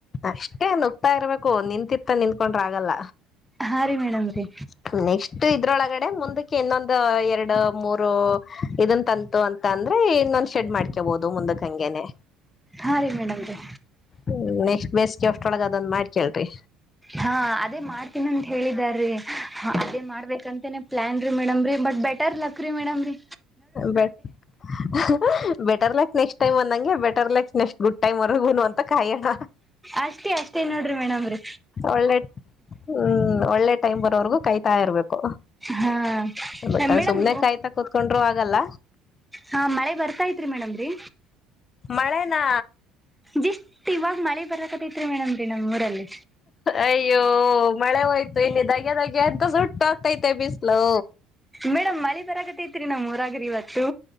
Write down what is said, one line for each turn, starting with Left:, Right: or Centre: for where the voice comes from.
Left: ಅಷ್ಟೇ ನುಗ್ತಾ ಇರ್ಬೇಕು ನಿಂತಿರ್ತ ನಿಂತಕೊಂಡ್ರ ಆಗಲ್ಲ...
Centre: ಹಾ ರೀ
Left: <unintelligible>
Centre: ಮೇಡಮ್ ರೀ
Left: ನೆಕ್ಸ್ಟ್ ಇದ್ರೊಳಗಡೆ ಮುಂದಕ್ಕೆ ಇನ್ನೊಂದು... ಎರಡು ಮೂರು ಇದನ್ ಅಂತು ಅಂತ ಅಂದ್ರೆ ಇನ್ನೊಂದ ಶೆಡ್ ಮಾಡ್ಕಬಹುದು ಮುಂದಕ್ ಹಂಗೆನೆ......
Centre: ಹಾರಿ ಮೇಡಮ್ ರಿ...
Left: ಹ್ಮ ನೆಕ್ಸ್ಟ್ ಬೇಸ್ಗೆ ಅಷ್ಟೊಳಗ ಅದ್ ಮಾಡಿಕೇಳ್ಳಿರಿ...
Centre: ಹಾ ಅದೇ ಮಾಡ್ತೀನ ಅಂತ ಹೇಳಿದಾರೀ...... ಹಾ ಅದೇ ಮಾಡ್ಬೇಕಂತೇನೆ ಪ್ಲಾನ್ ರೀ ಮೇಡಮರಿ ಬಟ್ ಬೆಟರ್ ಲಕ್ ರೀ ಮೇಡಮ್ರರಿ.
Left: ಬ ಹಾ ಹ ಬೆಟರ್ ಲಕ್ ನೆಕ್ಸ್ಟ್ ಟೈಮ್ ಅಂದಂಗೆ ಬೆಟರ್ ಲೈಕ್ ನೆಕ್ಸ್ಟ್. ಗುಡ್ ಟೈಮ್ಗುರನು ಅಂತ ಕಾಯೋಕ
Centre: ಅಷ್ಟೇ ಅಷ್ಟೇ ನೋಡ್ರಿ ಮೇಡಮ್ ರಿ.....
Left: ಒಳ್ಳೆ ಹ್ಮ್ ಒಳ್ಳೆ ಟೈಮ್ ಬರೋವರ್ಗೂ ಕಾಯಾತಾ ಇರ್ಬೇಕು.
Centre: ಹಾ
Left: ಬಟ್ಟ
Centre: ಮೇಡಮ್
Left: ಸುಮ್ನೆ ಕಾಯ್ತಾ ಕುತ್ಕೊಂಡ್ರು ಆಗಲ್ಲ.
Centre: ಹಾ ಮಳೆ ಬರ್ತಾ ತ್ರಿ ಮೇಡಮ್ರೀ.
Left: ಮಳೆನಾ........
Centre: ಜಸ್ಟ್ ಇವಾಗ ಮಳೆ ಬರಕತೈತ್ರಿ ಮೇಡಮ ರೀ ನಮ್ಮ್ ಊರಲ್ಲಿ.
Left: ಅಯ್ಯೋ ಮಳೆ ಹೋಯ್ತು ಇಲ್ಲಿ ಧಗ್ಗೆ ಧಗ್ಗೆ ಎಂತ ಸುಟ್ಟು ಹೋಗ್ತೈತೆ ಬಿಸ್ಲು.
Centre: ಮೇಡಮ್ ಮಳಿ ಬರತ್ತೈಐತ್ರಿ ನಮ್ಮೂರಗ್ರರಿ ಇವತ್ತು.